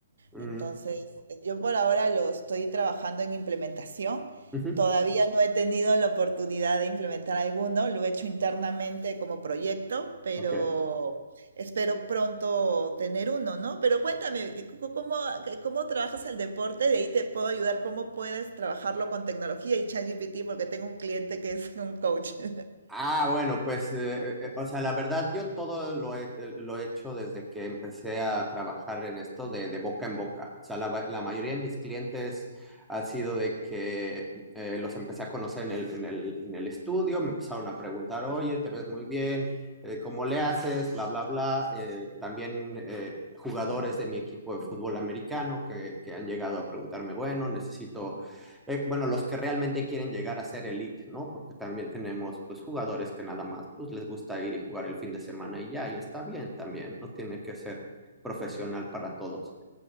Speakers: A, in the centre; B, on the right.
A: ujú,
B: Entonces, yo por ahora lo estoy trabajando en implementación.
A: ujú,
B: Todavía no he tenido la oportunidad de implementar alguno, lo he hecho internamente como proyecto, pero
A: Ok.
B: espero pronto tener uno, ¿no? Pero cuéntame, ¿cómo, cómo cómo trabajas el deporte? De ahí te puedo ayudar, ¿cómo puedes trabajarlo con tecnología y ChatGPT? Porque tengo un cliente que es un coach. <laughs>
A: Ah, bueno, pues, eh, eh, o sea, la verdad, yo todo lo he, eh, lo he hecho desde que empecé a trabajar en esto de, de boca en boca. O sea, la, va- la mayoría de mis clientes ha sido de que eh, los empecé a conocer en el, en el, en el estudio, me empezaron a preguntar, oye, te ves muy bien, eh, ¿cómo le haces? Bla, bla, bla. Eh, también eh, jugadores de mi equipo de fútbol americano que, que han llegado a preguntarme, bueno, necesito eh, bueno, los que realmente quieren llegar a ser elite, ¿no? Porque también tenemos, pues, jugadores que nada más, pues, les gusta ir y jugar el fin de semana y ya, y está bien también, no tiene que ser profesional para todos.